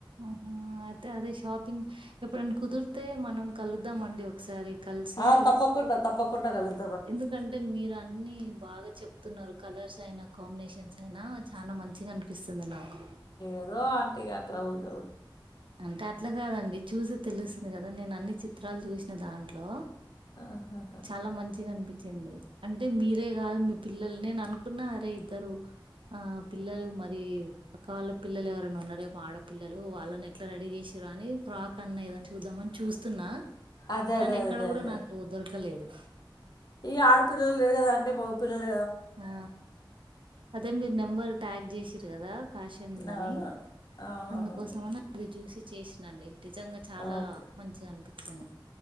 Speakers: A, on the right (about 80°); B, on the left (about 50°).
A: ఆహా అయితే అదే షాపింగ్ ఎప్పుడనా కుదిరితే మనం కలుద్దామ అండి ఒకసారి కలిసి
B: ఆ తప్పకుండా తప్పకుండా కలుదా
A: ఎందుకంటే మీరు అన్ని బాగా చెప్తున్నారు కలర్స్ అయినా కాంబి నేషన్స్ అయిన చానా మంచిగా అనిపిస్తుంది నాకు.
B: ఏదో ఆంటిగా అట్లా ఇగ
A: అంటే అట్లా కాదండి చూసే తెలిసుది నేను అన్ని చి త్రాలు చూసిన దాంట్లో
B: ఆహహా
A: చాలా మంచిగా అనిపించింది అంటే మీరే గాదు మీ పిల్లలు నేను అనుకున్న అరే ఇద్దరు ఆ పిల్లలు మరి పక్క వాళ్ళ పిల్లలు ఎవరన్నా ఉన్నారేమో పిల్లలు వాళ్ళని ఎట్లా రెడీ చేసిర్రా అని ఫ్రాక్ అన్నా ఏదన్న చూద్దా మని చూస్తున్నా
B: అదే
A: కానీ
B: అదే
A: ఎక్కడ
B: అదే
A: కూడా
B: అదే
A: నాకు దొరకలేదు
B: ఇగ ఆడపిల్లలు లేరు కదా అండి మొగ పిల్లలు
A: ఆ అదే మీరు నెంబర్ ట్యాగ్ చేసిర్రు కదా ఫ్యాషన్ ది
B: అవునవును
A: అని
B: అవునవునవును
A: అందుకోసమని అది చూసి చేసినండి నిజంగా చాలా
B: ఓకే
A: మంచిగ అనిపించింది